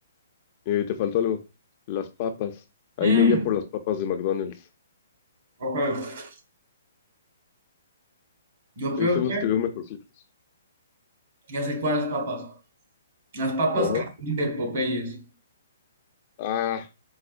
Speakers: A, on the left (about 40°); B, on the right (about 60°).
A: Eh, te faltó algo. Las papas. Ahí
B: Mm,
A: me iría por las papas de McDonald's.
B: ok. Yo
A: Sí,
B: creo
A: son
B: que
A: los que veo mejorcitos.
B: ya sé cuáles papas. Las papas
A: Ajá.
B: cajil de Popeyes.
A: Ah,